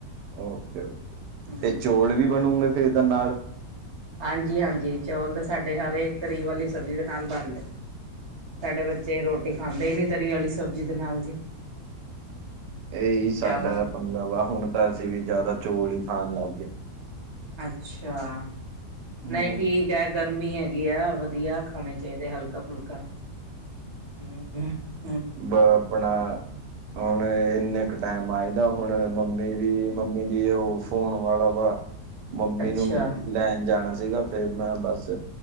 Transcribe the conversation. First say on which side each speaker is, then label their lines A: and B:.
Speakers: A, on the right; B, on the right.
A: ਓਕੇ-ਓਕੇ
B: ਹਮ
A: ਤੇ ਚੌਲ ਵੀ ਬਣੂਗੇ ਤੇ ਏਹਦਾ ਨਾਲ
B: ਹਾਂਜੀ-ਹਾਂਜੀ ਚੌਲ ਤਾਂ ਸਾਡੇ ਹਰ ਇਕ ਤਰੀ ਵਾਲੀ ਸਬਜ਼ੀ ਦੇ ਨਾਲ ਬਣਦੇ, ਸਾਡੇ ਬ ਚੇ ਰੋਟੀ ਖਾਂਦੇ ਹੀ ਨੀ ਤਰੀ ਆਲੀ ਸਬਜ਼ੀ ਦੇ ਨਾਲ ਜੀ।
A: ਇਹੀ ਸਾਡਾ
B: ਚਾਵਲ
A: ਪੰਗਾ ਵਾ ਹੁਣ ਤਾਂ ਅਸੀਂ ਵੀ ਜ਼ਿਆਦਾ ਚੌਲ ਈ ਖਾਣ ਲੱਗ ਗੇ‌।
B: ਅੱਛਾ,
A: ਹੂੰ
B: ਨਈ ਠੀ ਗਰਮੀ ਹੈਗੀ ਆ ਵਧੀਆ ਖਾਣੇ ਚਾਈਦੇ ਹਲਕਾ-ਫੁਲਕਾ, ਹੂੰ। ਹੂੰ। ਟ
A: ਬ ਆਪਣਾ ਹੁਣ ਇੰਨੇ ਕੁ ਟਾਈਮ ਆਈਦਾ ਹੁਣ ਮੰਮੀ ਵੀ ਮੰਮੀ ਦੀ ਉਹ ਫੋਨ ਵਾਲਾ ਵਾ ਮੰਮੀ
B: ਅੱਛਾ,
A: ਨੂੰ ਵੀ ਲੈਣ ਜਾਣਾ ਸੀਗਾ। ਤੇ ਮੈਂ ਬਸ